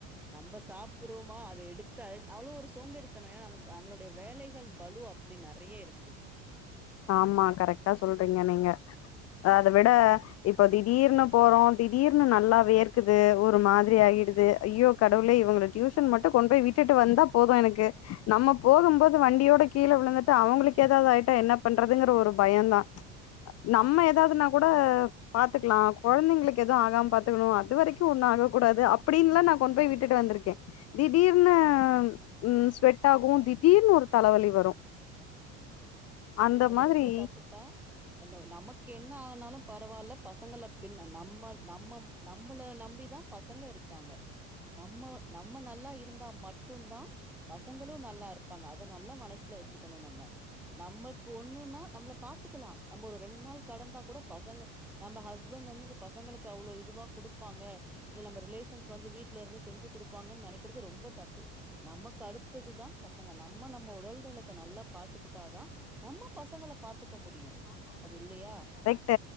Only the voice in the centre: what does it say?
நம்ப சாப்பறோமா அத எடுத்த அவ்ளோ ஒரு சோம்பேறி த்தனோ நமக்கு நம்ளுடைய வேலைகள் பலு அப்டி நெறைய இருக்கு
அது
ரொம்ப தப்புப்பா அது நமக்கு என்ன ஆனாலு பரவால்ல பசங்கள பின் நம்ம நம்ம நம்பள நம்பிதா பசங்க இருக்காங்க நம்ம நம்ம நல்லா இருந்தா மட்டுந்தா பசங்களு நல்லா இருப்பாங்க அத நல்லா மனசுல வச்சுக்கணு நம்ம நம்ம ஒன்னொன்னா நம்மள பாத்துக்கலா நம்ம ஒரு ரெண் நாள் கடந்தா கூட பசங்க நம்ம ஹஸ்பண்ட் வந்து அந்த பசங்களுக்கு அவ்ளோ இதுவா குடு ப்பாங்க இல்ல நம்ம ரிலேஷன்ஸ் வந்து வீட்ல இருந்து செஞ்சு குடுப்பாங்கன் நெனைக்கறது ரொம்ப தப்பு நமக்கு அடுத்ததுதா பசங்க நம்ம நம்ம உடல் நிலத்த நல்லா பாத்துக்கிட்டாதா நம்ம பசங்கள பாத்துக்க முடியு அது இல்லயா